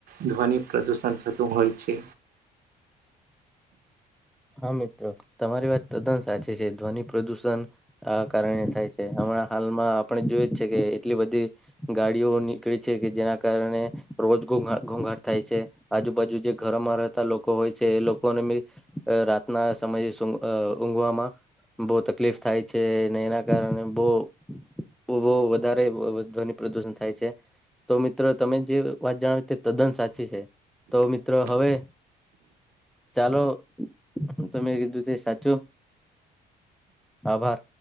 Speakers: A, on the right; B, in the centre.
A: ધ્વનિ પ્રદૂષણ થતું હોય છે.
B: હા મિત્રો, તમારી વાત તદ્દન સાચી છે ધ્વનિ પ્રદૂષણ આ કારણે થાય છે. હમણાં હાલમાં આપણે જોય જ છે કે એટલી બધી ગાડીઓ નીકળી છે, કે જેના કારણે રોજ ઘો ઘોઘાટ થાય છે. આજુબાજુ જે ઘરમાં રહેતા લોકો હોય છે એ લોકોને બી રાતના સમય ઊંઘવામાં. બહુ તકલીફ થાય છે એના કારણે બહ હ વધારે ધ્વનિ પ્રદુષણ થાય છે. તો મિત્ર તમે જે વાત જાણાવ તે તદ્દન સાચી છે. તો મિત્રો હવે, ચાલો. હ ત મેમે કીધું તે સાચો. આભર.